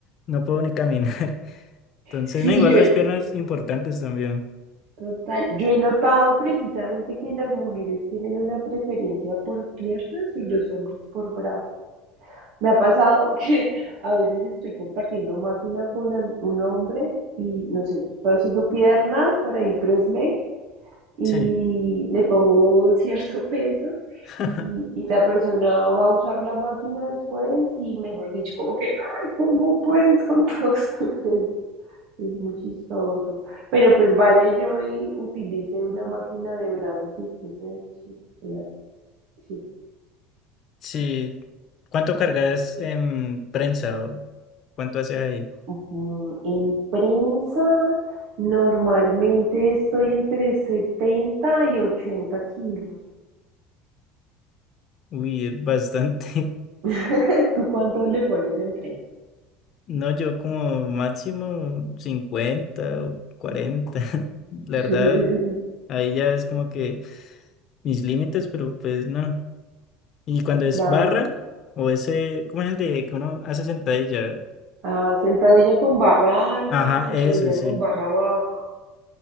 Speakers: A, on the left; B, on the right.
A: no puedo ni caminar. <laughs> Entonces,
B: Sí,
A: no, igual
B: yo,
A: las piernas importantes también.
B: Total, yo he notado precisamente que las mujeres tienen una preferencia por piernas y los hombres por brazos. Me ha pasado que <laughs> a veces estoy compartiendo máquina con an- un hombre y no sé, estoy haciendo piernas por ahí, press leg, y
A: Sí,
B: le pongo <laughs> cierto peso
A: <laughs>
B: y, y la persona va a usar la máquina después y mejor dicho, como que, ay, ¿cómo puedes con todo este peso? Es muy chistoso. Pero pues vaya yo y utilice una máquina de brazos después de eso. Sí, pero sí.
A: sí. ¿Cuánto cargas en prensa o cuánto haces ahí?
B: Mm, En prensa, normalmente estoy entre 70 y 80 kilos.
A: Uy, bastante. <laughs>
B: <laughs> ¿Tú cuánto le pones en prensa?
A: No, yo como máximo cincuenta o cuarenta <laughs> La
B: <laughs>
A: verdad, ahí ya es como que mis límites, pero pues no. Y cuando es
B: Claro.
A: barra o ese, ¿cómo es el de que uno hace sentadilla?
B: Ah, sentadilla con barra alta,
A: Ajá,
B: sentadilla
A: ese sí,
B: con barra baja.